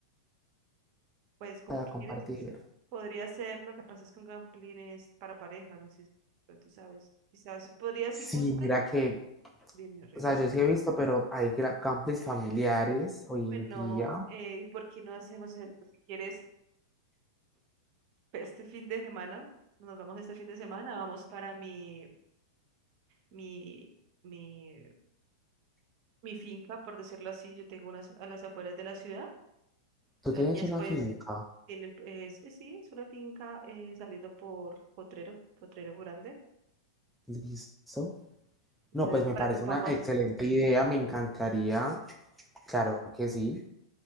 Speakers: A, on the right; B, in the centre.
A: Pues como
B: para
A: quieras,
B: compartir.
A: quizás. Podría ser lo que pasa es con gamplines para pareja, no sé, pero tú sabes. Quizás podría,
B: Sí,
A: si gustas,
B: mira que
A: dime, reina.
B: O sea, yo
A: si-
B: sí he visto, pero hay gra- campings familiares hoy
A: Bueno,
B: en día.
A: eh, ¿por qué no hacemos esto? Si quieres, este fin de semana, nos vamos este fin de semana, vamos para mi, mi, mi mi finca, por decirlo así, yo tengo unas a las afueras de la ciudad.
B: Tú
A: Las
B: tienes
A: niñas
B: una
A: pues
B: finca,
A: tienen, pues, es, eh, sí, es una finca eh, saliendo por Potrero, Potrero Grande.
B: ¿listo? No,
A: Entonces,
B: pues me
A: para
B: parece
A: que podamos,
B: una excelente idea, me encantaría, claro que sí,